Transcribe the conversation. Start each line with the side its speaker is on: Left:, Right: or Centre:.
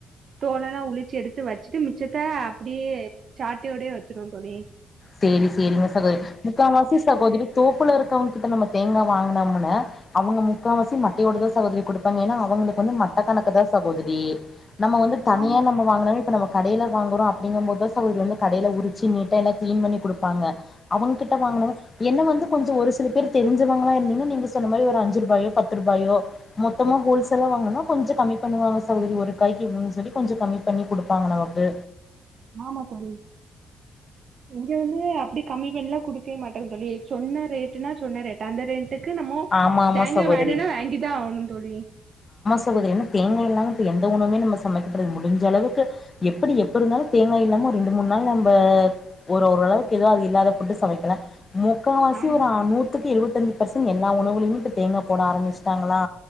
Right: தோலெல்லா உளிச்சு எடுத்து வச்சுட்டு மிச்சத்த அப்டியே சாக்கயேடயே வெச்சிருவோ தோழி
Left: சேரி சேரிங்க சகோதரி முக்காவசி சகோதரி தோப்புல இரு இருக்கவங்கிட்ட நம்ம தேங்கா வாங்குனோம்னா அவுங்க முக்காவாசி மட்டையோட தா சகோதரி குடுப்பாங்க ஏன்னா அவுங்களுக்கு வந்து மட்ட கணக்குதா சகோதரி நம்ம வந்து தனியா
Right: ஆமா
Left: நம்ம வாங்கனாலும் இப்ப நமக் கடையில வாங்குறோ அப்டிங்கபோதுதா சகோதரி வந்து கடையில உரிச்சி நீட்டா எனக்கு க்ளீன் பண்ணி குடுப்பாங்க அவுங்கிட்ட வாங்குனாவே என்ன வந்து கொஞ்சோ ஒரு சில பேர் தெரிஞ்சவங்களா இருந்தீங்கனா நீங்க சொன்ன மாரி ஒரு அஞ்சுரூபாயோ பத்துரூபாயோ மொத்தமா ஹோல்சேலா வாங்கனா கொஞ்சோ கம்மி பண்ணுவாங்க சகோதரி ஒரு காய்கு இவ்ளோனு சொல்லி சொல்லி கொஞ்சோ கம்மி பண்ணி குடுப்பாங்க நமக்கு
Right: மாமா தோழி இங்க வந்து அப்டி கம்மி பண்ணிலா குடுக்கயே மாட்டாங்க தோழி சொன்ன ரேட்டுனா சொன்ன ரேட் அந்த ரே ட்டுக்கு நம்மோ
Left: ஆமா ஆமா
Right: தேங்க
Left: சகோதரி
Right: வேணுனா வாங்கிதா ஆவணும் தோழி
Left: சகோதிரி ஏன்னா தேங்கா இல்லாம இப்ப எந்த உணவுமே சமைக்கப்படுது முடிஞ்ச அளவுக்கு எப்படி எப்பருந்தாலும் தேங்காய் இல்லாம ரெண்டு மூணு நாள் நம்ப ஒரு ஓரளவுக்கு ஏதோ அது இல்லாத ஃபுட்டு சமைக்கலா முக்காவாசி
Right: ஆமா
Left: ஒரு நூத்துக்கு இருவத்தி ஐஞ்சி ஃபர்சன் எல்லா உணவுலையும் இப்ப தேங்கா போட ஆரம்பிச்டாங்களா